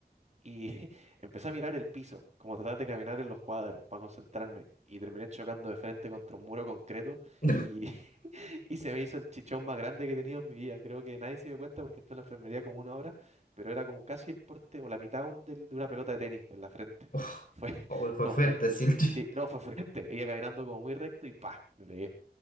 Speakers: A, on the right; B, on the left.
A: y <laughs> empecé a mirar el piso, como tratar de caminar en los cuadros para concentrarme, y terminé chocando de frente contra un muro concreto,
B: <laughs>
A: y, <laughs> y se me hizo el chichón más grande que he tenido en mi vida. Creo que nadie se dio cuenta porque estuve en la enfermería como una hora, pero era como casi el porte o la mitad un- del- de una pelota de tenis en la frente.
B: Oh,
A: <laughs> Fue,
B: oh, fue
A: no,
B: fuerte,
A: fue,
B: sí. <laughs>
A: sí, no, fue fuerte. Iba caminando como muy recto y ¡pa! Me pegué.